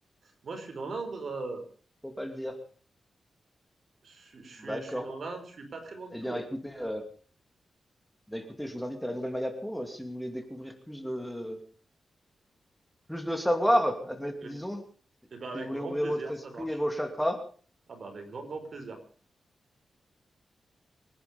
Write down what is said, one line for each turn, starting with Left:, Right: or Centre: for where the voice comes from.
Right: Moi, je suis dans l'Indre, euh,
Centre: Faut pas le dire.
Right: je, je suis,
Centre: D'accord.
Right: je suis dans l'Indre, je suis pas très loin de
Centre: Eh
Right: Tours.
Centre: bien, écoutez, euh, eh bien, écoutez, je vous invite à la Nouvelle Mayapur euh, si vous voulez découvrir plus de plus de savoir, admettons,
Right: Et,
Centre: disons,
Right: et ben avec
Centre: si vous voulez
Right: grand
Centre: ouvrir
Right: plaisir,
Centre: votre esprit
Right: ça marche.
Centre: et vos chakras.
Right: Ah bah avec grand grand plaisir.